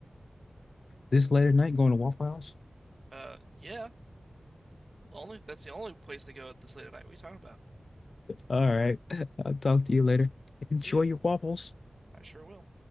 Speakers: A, on the left; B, on the right.
A: This later night going to Waffle House?
B: Uh, yeah, only that's the only place to go at this late at night. What are you talking about?
A: All right. <laughs> I'll talk to you later. Enjoy
B: See ya.
A: your waffles.
B: I sure will.